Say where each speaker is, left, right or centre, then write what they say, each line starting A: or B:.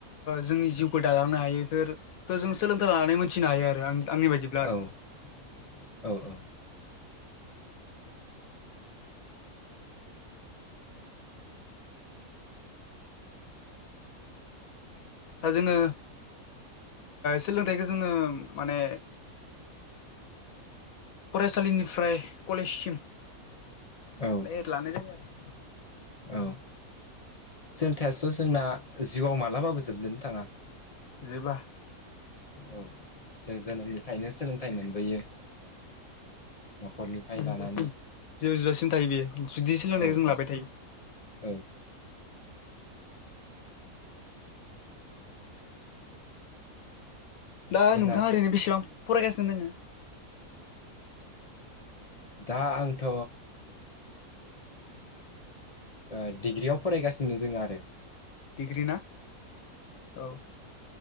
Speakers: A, on the left; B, on the left.
A: जोंनि जिउ खौ दालांनो हायोफोर फोरखौ जों सोलोंथाइ लानानै मोनथिनो हायो आरो आं आंनि बायदिब्ला आरो
B: औ-औ-औ
A: दा जोङो सोलोंथाइखौ जोङो माने फरायसालिनिफ्राय कलेजसिम
B: औ
A: माने लानाय जायो आरो
B: औ सोलोंथायाथ जोंना जिउआव मालाबाबो जोबजोनो थाङा
A: जोबा
B: औ जों जोनोमनिफ्रायनो सोलोंथाइ मोनबोयो न'खरनिफ्राय
A: जोबजासिम
B: लानानै
A: जे जोबजासिम थायो बेयो जुदि सोलोंथाइखौ
B: औ
A: जों
B: औ
A: लाबाय थायो
B: औ
A: दा
B: जोंनासो
A: नोंथाङा ओरैनो बेसेबां फरायगासिनो दोङो
B: दा आंथ' ओ डिग्रियाव फरायगासिनो दोङो आरो
A: डिग्रि ना औ